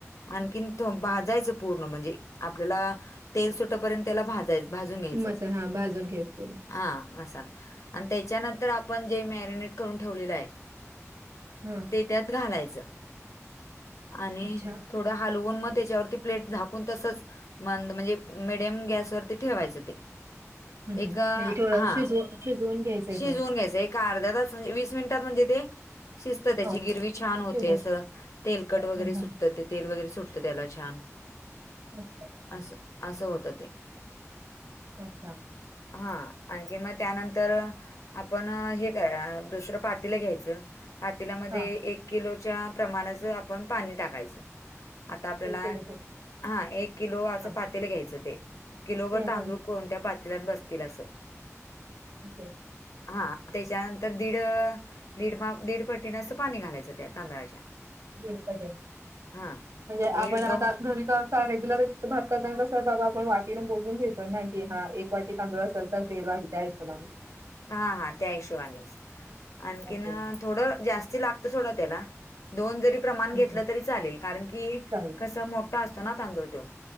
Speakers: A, on the left; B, on the right.
A: आणखीन भाजायच पूर्ण म्हणजे आपल्याला तेल सुटपर्यंत त्याला भाज च भाजून घ्यायच.
B: मसाला हा भाजून घ्यायच पूर्ण
A: हा मसाला आणि त्याच्यानंतर आपण जे मॅरिनेट करून ठेवलेल आहे.
B: हम्म
A: ते त्यात घालायच आणि
B: अच्छा
A: थोड हलवून मग त्याच्यावरती प्लेट झाकून तसच मंद म्हणजे मिडियम गॅसवरती ठेवायच ते
B: हम्म
A: एक
B: हम्म म्हणजे थोडं
A: हा
B: शिजव शिजवून घ्यायचंय
A: शिजून
B: ते
A: घ्यायच एक अर्धा तास म्हजे वीस मिनट त म्हणजे ते शिजत त्याची
B: हो
A: गिरवी छान होते
B: शिजून
A: अस तेलकट वगैरे
B: हम्म
A: सुटत
B: हम्म
A: तिथ. तेल वगैरे सुटत त्याला छान
B: हम्म
A: अस -अस होत ते.
B: अच्छा
A: हा आणखी म त्यानंतर. आपण हे काय दुसर पातीला घ्यायच पातीलामध्ये
B: हा
A: एक किलोच्या प्रमाणाच आपण पाणी टाकायच आता आपल्याला
B: एक किलो चे
A: हा एक किलो अस
B: हा
A: पातेल घ्यायच ते किलोवरर
B: हम्म हम्म
A: तांदूळ
B: हम्म
A: कोणत्या पातेलात बसतील अस.
B: ओके.
A: हा त्याच्यानंतर दीड दीड दीड पट्टीने अस पाणी घालायच ते तांदळाच्या
B: दीड पटीने
A: हा
B: म्हणजे
A: दीड
B: आपण आता.
A: दोन
B: धनिका असा रेग्युलर भात करताना कस बाबा आपण वाटीने मोजून घेतोय नाही. कि हा एक वाटी तांदूळ असेल तर दीड वाट डाळ त्यायशोबाने..
A: हा हा त्या हिशोबानेच. आणखीन
B: ओके
A: थोड जास्ती लागत सोडा त्याला. दोन जरी प्रमाण
B: हं,
A: घेतल
B: हं.
A: तरी चाल कारण की
B: चालेल
A: कस मोठा असतो ना तांदूळ तो.